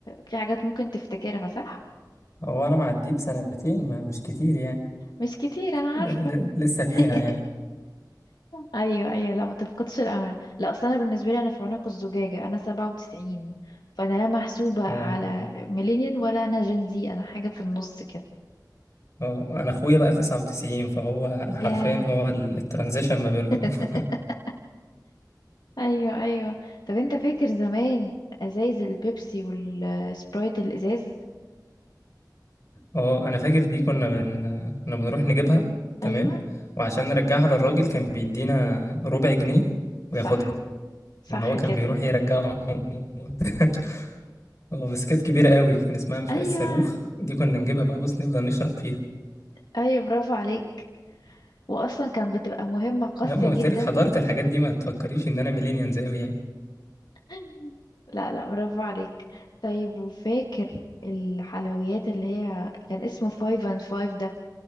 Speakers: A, on the left; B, on the left.
A: في حاجات ممكن تفتكرها صح
B: هو انا معديه بسنتين ما مش كتير يعني
A: مش كتير انا
B: ل-
A: عارفة
B: لسه فيها
A: <laughs>
B: يعني
A: ايوه ايوه لا ما تفقدش الامل لا اصل انا بالنسبه لي انا في عنق الزجاجه انا 97 فانا لا محسوبه
B: أه
A: على ميلينيال ولا انا جنزي انا حاجه في النص كده
B: أه أنا أخويا بقى تسعة وتسعين فهو حرفيا
A: ياه
B: هو ال- الترانزيشن ما بينهم
A: <laughs>
B: <laughs>
A: ايوه ايوه طب انت فاكر زمان ازايز البيبسي والسبرايت الازاز
B: أه أنا فاكر دي كنا بن كنا بنروح نجيبها تمام
A: ايوه
B: وعشان نرجعها للراجل كان بيدينا ربع جنيه وياخدها
A: صح صح
B: إن هو كان
A: كده
B: بيروح يرجعهم <laughs> هو بس كانت كبيرة قوي كان اسمها مش
A: ايوه
B: عارف الصاروخ دي كنا نجيبها بقى بص نفضل نشرب فيها
A: ايوه برافو عليك واصلا كان بتبقى مهمة قاسية
B: لا ما
A: جدا
B: قلت لك حضرت الحاجات دي ما تفكريش ان انا ميلينيانز قوي يعني
A: <laughs> لا لا برافو عليك طيب وفاكر الحلويات اللي هي كان اسمه فايف اند فايف ده